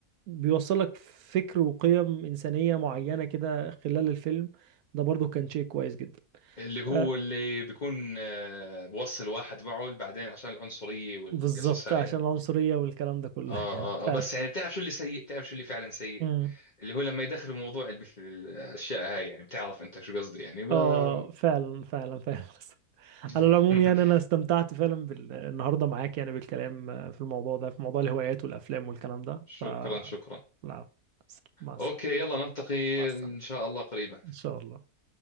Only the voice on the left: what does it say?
اللي هو
اللي بيكون آه، بوصل واحد معه بعدين عشان العنصرية والقصص
هاي
يعني
اه
اه
آه، بس يعني بتعرف شو اللي سيء بتعرف شو اللي فعلا سيء
اللي هو لما يدخلوا موضوع مثل الاشياء هاي يعني بتعرف انت شو قصدي يعني ما
<laughs>
شكرا
شكرا
اوكي يلا نلتقي
ان شاء الله قريبا